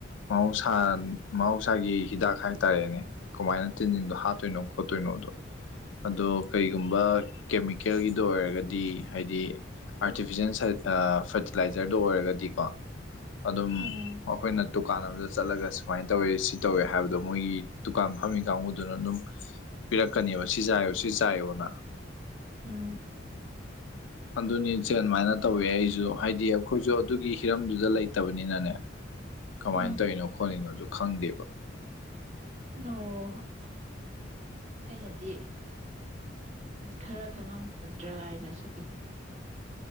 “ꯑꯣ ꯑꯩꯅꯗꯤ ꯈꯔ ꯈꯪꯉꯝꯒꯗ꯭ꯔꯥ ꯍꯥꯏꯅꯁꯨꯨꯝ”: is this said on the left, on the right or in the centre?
Right